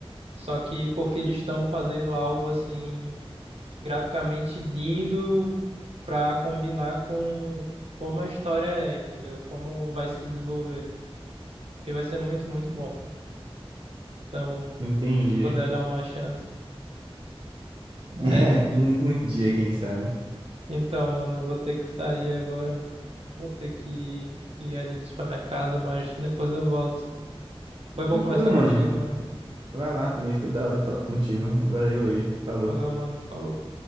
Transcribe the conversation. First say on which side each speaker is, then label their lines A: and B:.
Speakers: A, on the right (about 75°); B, on the right (about 55°).
A: Só que porque eles estão fazendo algo assim, graficamente lindo pra combinar com como a história é, entendeu? Como vai se desenvolver. Porque vai ser muito, muito bom. Então,
B: Entendi.
A: se puder dar uma chance.
B: <laughs>
A: É,
B: É, um um dia, quem sabe.
A: então, mano, eu vou ter que sair agora. Vou ter que ir ali no supermercado, mas depois eu volto. Foi
B: Tranquilo,
A: bom conversar
B: mano.
A: contigo, mano.
B: Vai lá, também foi da hora falar contigo. Valeu aí, falou.
A: Valeu, mano. Falou.